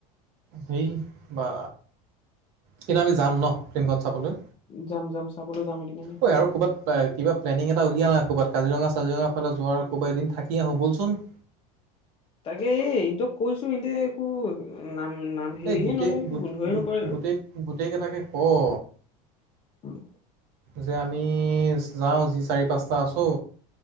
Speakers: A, on the right; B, on the left.
A: হেই বা কিন্ত আমি যাম ন। ফ্লিমখন চাবলৈ
B: যাম যাম চাবলৈ যাম এদিন আমি
A: ঐ আৰু ক'ৰবাত কিবা প্লেলেনিং এটা উলওিয়া নাই ক'ৰবাত কাজিৰঙা চাজিৰঙা ফালে যোৱাৰ ক'ৰবাত এদিন থাকি আহোঁ। ব'লচোন <inaudible>
B: তাকে এইটোক কৈছো ইহঁতে একো নাম নাম হেৰিয়ে
A: এই গোটেই
B: নলয় একো
A: গোট
B: গোন্ধই নকৰে আৰু
A: গোটেই গোটেইকেইটাকে কৰ
B: উম।
A: যে আমি যাওঁ যি চাৰি পাঁচটা আছো।